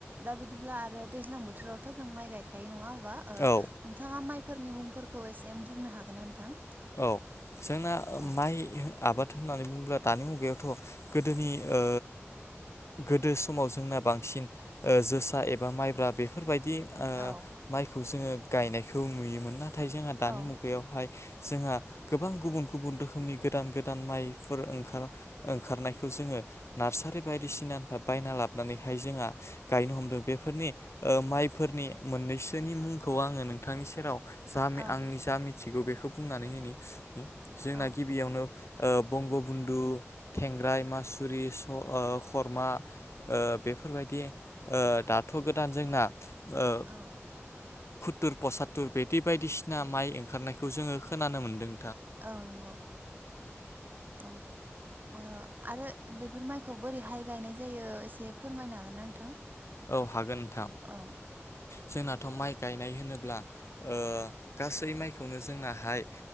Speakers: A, on the right; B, on the left.
A: दा बिदिब्ला आरो दैज्लां बोथोरावथ' जों माइ गायखायो नंङा <unintelligible>
B: औ
A: नोंथाङा माइफोरनि मुं फोरखौ एसे बुंनो हागोन ना नोंथां?
B: औ जोंना
A: औ
B: माइ आबाद होननानै बुङोब्ला दानि मुगायावथ' गोदोनि अ गोदो समाव जोंना बांसिन जोसा एबा माइब्रा बेफोरबायदि बिदि अ
A: औ
B: माइखौ जोङो गायनायखौ नुयोमोन ना नाथाय जोंहा दानि
A: औ
B: मुगायावहाय जोंहा गोबां गुबुन गुबुन रोखोमनि गोदान गोदान माइफोर ओंखार ओंखारनायखौ जोङो नार्सारि बायदिसिनानिफ्राय बायना लाबोनानैहाय जोंहा गायनो हमदों बेफोरनि अ माइफोरनि मोननैसोनि मुंखौ आङो नोंथांनि सेराव जा
A: औ
B: आंनि जा मिथिगौ बेखौ बुंनानै होनि जोंना
A: औ
B: गिबियावनो बंग' बन्दु थेंग्राय मासुरि स खरमा अ बेफोरबायदि अ दाथ' गोदान जोंना अ
A: औ
B: खुत्तुर पसत्तुर बिदि बायदिसिना माइ ओंखारनायखौ जोङो खोनानो मोन्दों
A: औ नंगौ औ अ आरो बेफोर माइखौ बोरैहाय गायनाय जायो एसे फोरमायनो हागोन ना नोंथां
B: औ हागोन नोंथां
A: औ
B: जोंनाथ' माइ गायनाय होनोब्ला अ गासै माइखौनो जोंनाहाय